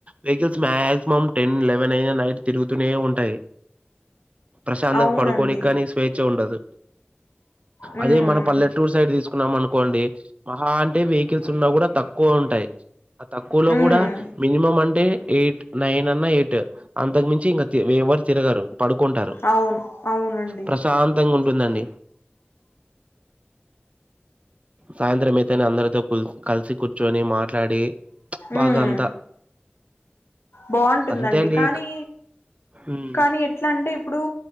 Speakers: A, on the right; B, on the left.
A: vehicles maximum ten eleven అయినా నైట్ తిరుగుతూనే ఉంటాయి. ప్రశాంతంగా
B: అవునండి
A: పడుకోనిక్ కానీ స్వేచ్ఛ ఉండదు.
B: ఉమ్
A: అదే మన పల్లెటూరు సైడ్ తీసుకున్నాం అనుకోండి. మహా అంటే వెహికిల్స్ ఉన్నా గూడా తక్కువ ఉంటాయి. తక్కువలో
B: ఉమ్
A: గూడా మినిమం అం టే ఎయిట్ నైన్ అన్నా ఎయిట. అంతకు మించి ఇంగ తి ఎవరు తిరగరు. పడుకుంటారు.
B: అవును అవునండి
A: ప్రశాంతంగా ఉం ఉందండి. సాయంత్రం అయితనే అందరితో కుల్ కలిసి కూర్చొనీ మాట్లాడీ. బాగా
B: ఉమ్
A: అంతా.
B: బాగుంటుందండి.
A: అంతే అండి
B: కానీ
A: ఇక ఉమ్,
B: కానీ ఎట్లా అంటే ఇప్పుడూ